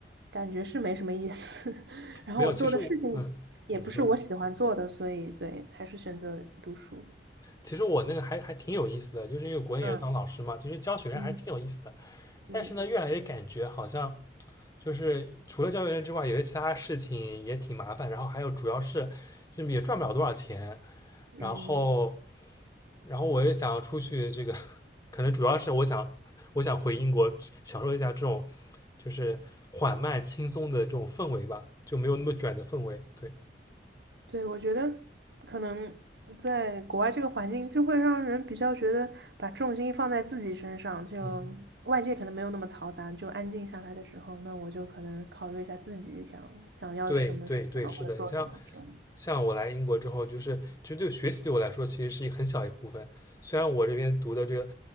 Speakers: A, on the right; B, on the left.
A: 感觉是没什么意思。<laughs> 然后我做的事情也不是我喜欢做的，
B: 没有。其实我，嗯，你说，
A: 所以对，还是选择读书。
B: 其实我那个还还挺有意思的，就是因为国内也是当老师嘛，
A: 嗯
B: 其实教学生还是挺有意思的。
A: 嗯嗯
B: 但是呢，越来越感觉好像。就是除了教育人之外，有些其他事情也挺麻烦，然后还有主要是就也赚不了多少钱，然后
A: 嗯，
B: 然后我也想要出去，这个 <laughs> 可能主要是我想我想回英国享受一下这种就是缓慢轻松的这种氛围吧，就没有那么卷的氛围。对，
A: 对，我觉得可能在国外这个环境，就会让人比较觉得把重心放在自己身上，就外界可能没有那么嘈杂，
B: 嗯，
A: 就安静下来的时候，那我就可能考虑一下自己想想要什么什么或者做什么之类的
B: 对对对，是的，你像像我来英国之后，就是其实对学习对我来说其实是一很小一部分，虽然我这边读的这个，